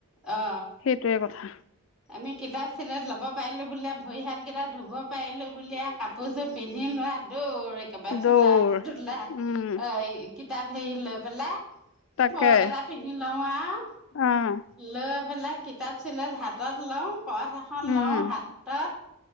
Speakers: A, in the centre; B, on the left.
A: অ
B: সেইটোৱে কথা
A: আমি কিতাপ চিলেথ লব পাৰিলো বুলিয়ে ভৰি হাত কেইটা ধুব পাৰিলো বুলিয়ে কাপোৰযোৰ পিন্ধি লোৱা দৌৰ একেবাৰে চোলা
B: দৌৰ
A: তোলা
B: উম,
A: এৰি কিতাপ হেই লৈ পেলায়
B: তাকে
A: ফৰক এটা পিন্ধি লওঁ আও
B: অ',
A: লৈ পেলাই কিতাপ চিলেট হাত হাতত লওঁ কঠ এখন
B: উম,
A: লওঁ হাতত